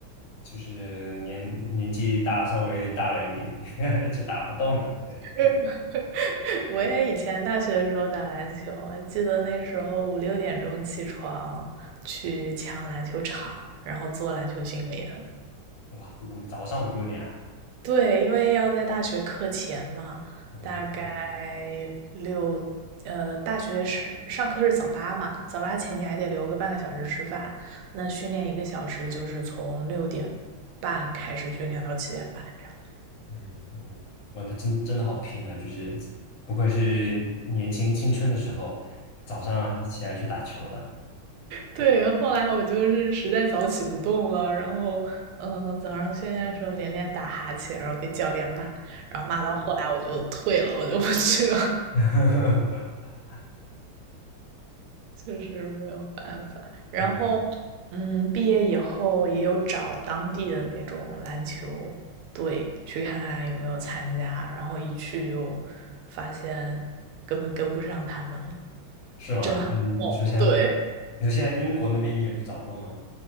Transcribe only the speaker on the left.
就是年年纪大，稍微大了一点，<laughs> 就打不动了。对，
哇，五早上五六点啊，
嗯
嗯嗯，玩的真真的好拼啊，就是不愧是年轻青春的时候，早上还是起来去打球的。
<laughs>
嗯。
是吗？
就是你说现在，
你说现在英国那边你有去找过吗？